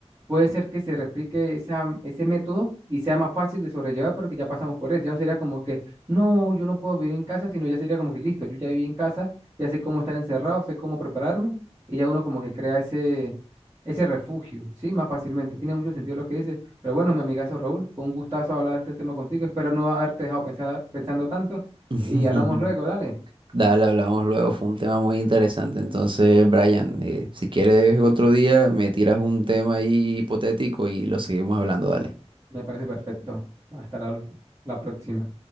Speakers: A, on the right (about 25°); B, on the right (about 45°).
A: puede ser que se replique esa, ese método y sea más fácil de sobrellevar porque ya pasamos por él. Ya no sería como que, no, yo no puedo vivir en casa, sino ya sería como que, listo, yo ya viví en casa, ya sé cómo estar encerrado, sé cómo prepararme y ya uno como que crea ese, ese refugio, ¿sí? Más fácilmente. Tiene mucho sentido lo que dices. Pero bueno, mi amigazo Raúl, fue un gustazo hablar de este tema contigo. Espero no haberte dejado pensar- pensando tanto.
B: <laughs>
A: Y hablamos luego, dale.
B: Dale, hablamos luego, fue un tema muy interesante. Entonces, Brian, eh, si quieres otro día, me tiras un tema ahí hipotético y lo seguimos hablando, dale.
A: Me parece perfecto. Hasta la la próxima.